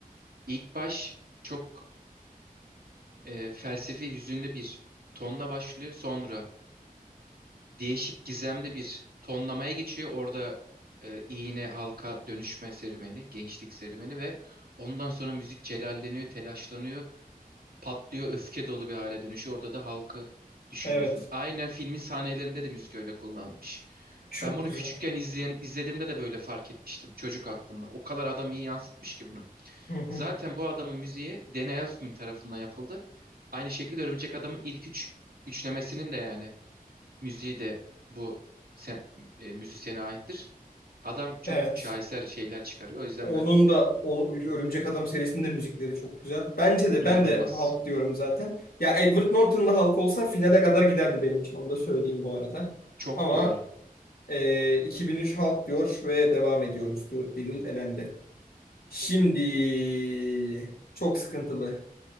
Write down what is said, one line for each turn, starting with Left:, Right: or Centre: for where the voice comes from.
Right: İlk baş çok e, felsefi, hüzünlü bir tonla başlıyor. Sonra değişik, gizemli bir tonlamaya geçiyor. Orada e, iğne, halka dönüşme serüveni, gençlik serüveni ve ondan sonra müzik celalleniyor, telaşlanıyor. patlıyor, öfke dolu bir hale dönüşüyor. Orada da halkı düşünüyorsun.
Left: Evet.
Right: Aynen filmin sahnelerinde de müzik öyle kullanılmış.
Left: Çok
Right: Ben bunu
Left: güzel.
Right: küçükken izleyen, izlediğimde de böyle fark etmiştim çocuk aklımda. O kadar adam iyi yansıtmış ki bunu.
Left: Hı hı.
Right: Zaten bu adamın müziği Danny Elfman tarafından yapıldı. Aynı şekilde Örümcek Adam'ın ilk üç üçlemesinin de yani müziği de bu sen, e, müzisyene aittir. Adam çok
Left: Evet.
Right: şaheser şeyler çıkarıyor. O yüzden
Left: Onun
Right: ben
Left: da o, Örümcek Adam serisinin de müzikleri çok güzel. Bence de
Right: inanılmaz.
Left: ben de Hulk diyorum zaten. Ya Edward Norton'la Hulk olsa finale kadar giderdi benim için. Onu da söyleyeyim bu arada.
Right: Çok
Left: Ama
Right: doğru.
Left: e, 2003 Hulk diyor ve devam ediyorum. Stuart Little elendi. Şimdi çok sıkıntılı.